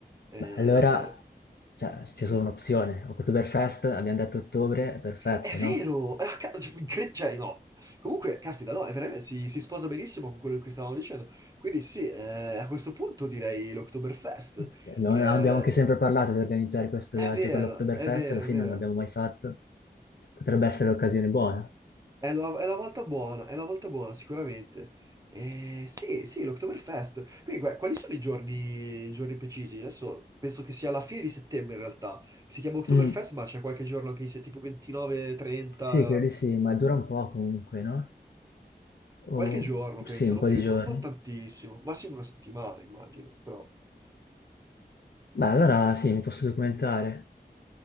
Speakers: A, on the right; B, on the left.
A: Eh,
B: Beh, allora, cioè, c'è solo un'opzione. Oktoberfest, abbiamo detto ottobre, è perfetto,
A: è vero!
B: no?
A: Eh, ca- incre- Cioè, no. Comunque, caspita, no, è veramente, si, si sposa benissimo con quello che stavamo dicendo. Quindi sì, eh, a questo punto direi l'Oktoberfest,
B: Sì, abbiamo,
A: che
B: abbiamo anche sempre parlato di organizzare questo
A: è
B: viaggio
A: vero,
B: per l'Oktoberfest,
A: è vero,
B: alla fine
A: è vero.
B: non l'abbiamo mai fatto. Potrebbe essere l'occasione buona.
A: È la, è la volta buona, è la volta buona, sicuramente. Eh, sì, sì, l'Oktoberfest. Quindi, que- quali sono i giorni, i giorni precisi? Adesso penso che sia alla fine di settembre, in realtà. Si chiama Oktoberfest,
B: Mm.
A: ma c'è qualche giorno anche in se tipo 29, 30,
B: Sì, credo di sì, ma dura un po' comunque, no? O,
A: qualche giorno, penso,
B: sì, un
A: non
B: po'
A: più,
B: di giorni.
A: non, non tantissimo, massimo una settimana, immagino. Però
B: Beh, allora sì, mi posso documentare.